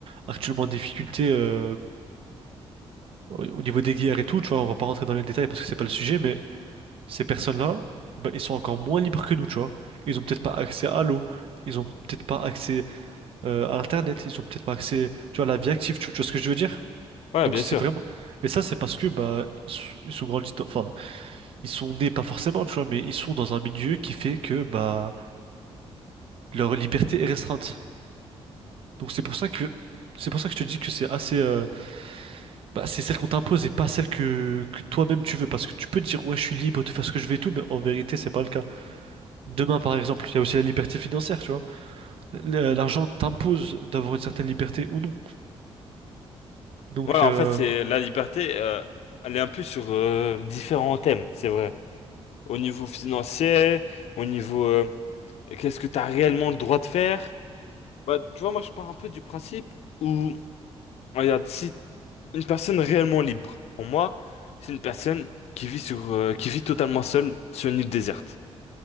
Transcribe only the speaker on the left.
Ouais,
bien
sûr.
Ouais, en
fait, c'est la liberté, euh, elle est un peu sur euh, différents thèmes, c'est vrai. Au niveau financier, au niveau euh, qu'est-ce que tu as réellement le droit de faire? Bah, tu vois, moi, je pars un peu du principe où, regarde, si Une personne réellement libre, pour moi, c'est une personne qui vit sur, euh, qui vit totalement seule sur une île déserte.